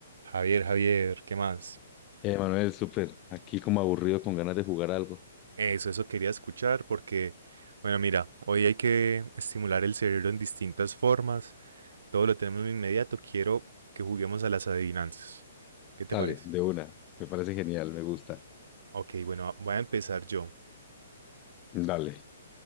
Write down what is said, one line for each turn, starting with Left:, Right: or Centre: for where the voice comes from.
Right: Javier, Javier, ¿qué más?
Left: Eh, Manuel, súper. Aquí como aburrido con ganas de jugar algo.
Right: Eso, eso quería escuchar porque, bueno, mira, hoy hay que estimular el cerebro en distintas formas. Todo lo tenemos de inmediato. Quiero que juguemos a las adivinanzas. ¿Qué te
Left: Dale,
Right: parece?
Left: de una. Me parece genial, me gusta.
Right: Ok, bueno, voy a empezar yo.
Left: Dale.